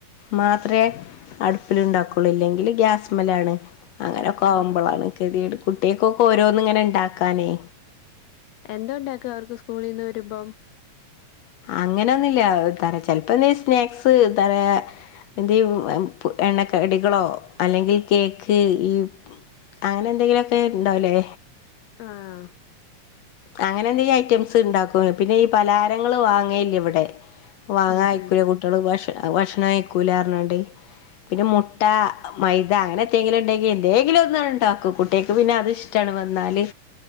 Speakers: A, on the left; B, on the left.
A: മാത്രേ അടുപ്പിലുണ്ടാക്കുള്ളൂ ഇല്ലെങ്കില് ഗ്യാസ്മ്മേലാണ് അങ്ങനെയൊക്കെ ആവുമ്പോളാണ്
B: ആഹ്
A: കെതിയേട് കുട്ടികൾക്കൊക്കെ ഓരോന്നിങ്ങനെ ഉണ്ടാക്കാനേ
B: എന്തോ ഉണ്ടാക്കും അവർക്ക് സ്കൂളിന്ന് വരുമ്പം
A: അങ്ങനെയൊന്നുമില്ല തറ ചെലപ്പോന്ന സ്നാക്സ് തറയാ എന്തെയും എണ്ണക്കടികളോ അല്ലെങ്കിൽ കേക്ക് ഈ- അങ്ങനെ എന്തെങ്കിലുമൊക്കെ ഉണ്ടാവല്ലേ
B: ആഹ്
A: അങ്ങനെ എന്തെങ്കും ഐറ്റംസ് ഉണ്ടാക്കും പിന്നെ ഈ പലാരങ്ങൾ വാങ്ങല്ല ഇവിടെ വാങ്ങ
B: ഉം
A: അയക്കൂല
B: ഉം
A: കുട്ടികള് ഭ ഭക്ഷണം അയക്കൂല അറിഞ്ഞാണ്ട് പിന്നെ മുട്ട മൈദ അങ്ങനെ എങ്കിലും ഉണ്ടെങ്കിൽ എന്തെങ്കിലും ഒന്ന ഉണ്ടാക്കും കുട്ടികക്ക് പിന്നെ അത് ഇഷ്- ടാണ് വന്നാല്